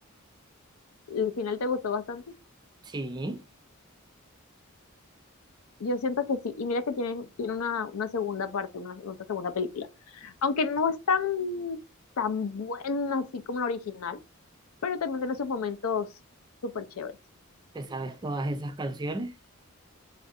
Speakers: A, on the left; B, on the right.
A: ¿El final te gustó bastante?
B: Sí,
A: Yo siento que sí, y mira que tienen, tiene una, una segunda parte, una, otra segunda película. Aunque no es tan, tan buena así como la original, pero también tiene sus momentos súper chéveres.
B: te sabes todas esas canciones.